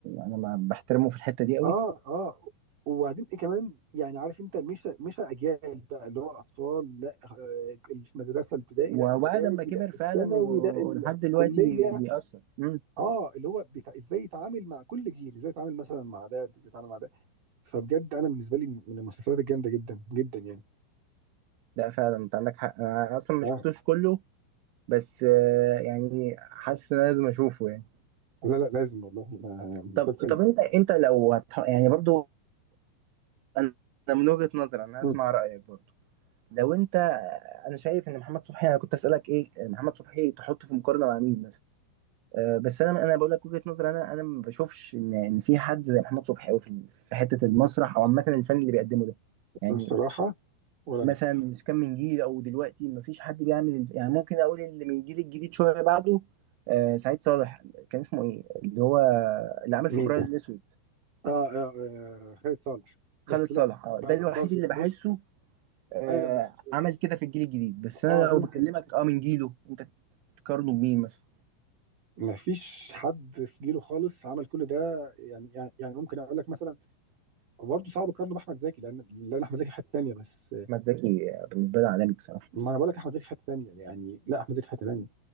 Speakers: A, on the right; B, on the right.
A: أنا ما بحترمه في الحتة دي أوي
B: اه اه وبعدين ايه كمان يعني عارف انت مش مش اجيال بقى اللي هو الاطفال لا آه، المدرسه الابتدائي
A: وبعد
B: لا الاعدادي
A: ما كبر
B: لا
A: فعلا
B: الثانوي
A: و-
B: لا الكليه
A: ولحد دلوقتي بيأثر مم.
B: اه اللي هو بتاع ازاي يتعامل مع كل جيل ازاي يتعامل مثلا مع ده ازاي يتعامل مع ده فبجد انا بالنسبه لي من المسلسلات الجامده جدا جدا يعني
A: لا فعلا أنت عندك حق أنا أصلا ما
B: اه
A: شفتوش كله بس آه، يعني حاسس ان أنا لازم اشوفه يعني
B: لا لا لازم والله ما-
A: طب
B: مسلسل
A: طب انت انت لو هتح... يعني برضو انا من وجهة نظري انا
B: مم.
A: اسمع رايك برضو لو انت انا شايف ان محمد صبحي انا كنت اسالك ايه محمد صبحي تحطه في مقارنه مع مين مثلا أه بس انا انا بقول لك وجهة نظري انا انا ما بشوفش ان ان في حد زي محمد صبحي قوي في في حته المسرح او عامه الفن اللي بيقدمه ده يعني
B: الصراحه ولا
A: مثلا
B: انا
A: من كان من جيل او دلوقتي مفيش حد بيعمل يعني ممكن اقول اللي من الجيل الجديد شويه بعده آه سعيد صالح كان اسمه ايه اللي هو اللي عمل
B: مين
A: فبراير الاسود
B: اه, آه, آه خالد صالح بس
A: خالد
B: لا
A: صالح آه،
B: بر-
A: ده الوحيد
B: برضه
A: اللي بحسه
B: بص
A: آه
B: ايوه بس
A: عمل كده في الجيل الجديد بس انا
B: اه
A: لو
B: ممكن
A: بكلمك اه من جيله انت تقارنه بمين مثلا
B: ما فيش حد في جيله خالص عمل كل ده يعني يعني يعني ممكن اقول لك مثلا برضه صعب اقارنه باحمد زكي لان لان احمد زكي في حته ثانيه بس
A: احمد زكي آه، بالنسبه لي عالمي بصراحه
B: ما انا بقول لك احمد زكي في حته ثانيه يعني لا احمد زكي في حته ثانيه